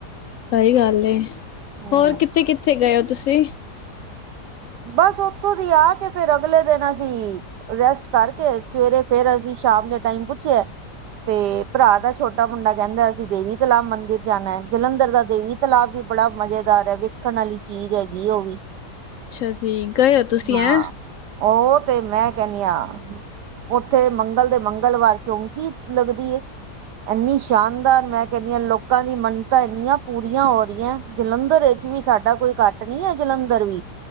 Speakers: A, on the left; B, on the right.
A: ਸਹੀ ਗੱਲ ਹੈ।
B: ਹੂੰ
A: ਹੋਰ ਕਿੱਥੇ-ਕਿੱਥੇ ਗਏ ਹੋ ਤੁਸੀਂ?
B: ਬਸ ਉੱਥੋਂ ਦੀ ਆ ਕੇ ਫੇਰ ਅਗਲੇ ਦਿਨ ਅਸੀਂ ਰੈਸਟ ਕਰਕੇ। ਸਵੇਰੇ ਫੇਰ ਅਸੀਂ ਸ਼ਾਮ ਦੇ ਟਾਈਮ ਪੁੱਛਿਆ। ਤੇ ਭਰਾ ਦਾ ਛੋਟਾ ਮੁੰਡਾ ਕਹਿੰਦਾ ਹੈ। ਅਸੀਂ ਦੇਵੀ ਤਲਾਬ ਮੰਦਿਰ ਜਾਣਾ ਹੈ। ਜਲੰਧਰ ਦਾ ਤਲਾਬ ਵੀ ਬੜਾ ਮਜ਼ੇਦਾਰ ਐ, ਵੇਖਣ ਵਾਲੀ ਚੀਜ਼ ਹੈਗੀ ਉਹ ਵੀ
A: ਅੱਛਾ ਜੀ। ਗਏ ਹੋ ਤੁਸੀਂ
B: ਹਾਂ,
A: ਹੈਂ।
B: ਉਹ ਤੇ ਮੈਂ ਕਹਿਣੀ ਆਂ ਉੱਥੇ ਮੰਗਲ ਦੇ ਮੰਗਲਵਾਰ ਚੌਂਕੀ ਈ ਲੱਗਦੀ ਐ। ਇੰਨੀ ਸ਼ਾਨਦਾਰ ਮੈਂ ਕਹਿਦੀ ਆ ਲੋਕਾਂ ਦੀ ਮੰਨਤਾਂ ਇੰਨੀਆਂ ਪੂਰੀਆਂ ਹੋ ਰਹੀਆਂ ਜਲੰਧਰ ਇੱਚ ਵੀ ਸਾਡਾ ਕੋਈ ਕੱਟ ਨਈਂ ਐ ਜਲੰਧਰ ਵੀ